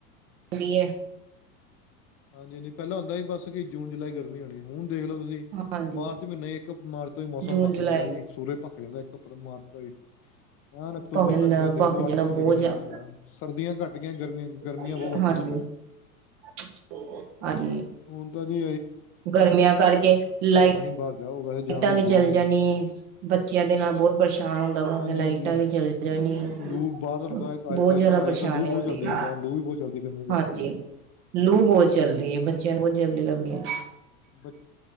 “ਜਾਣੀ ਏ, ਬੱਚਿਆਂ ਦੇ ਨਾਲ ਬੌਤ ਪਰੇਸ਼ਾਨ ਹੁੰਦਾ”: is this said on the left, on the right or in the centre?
Right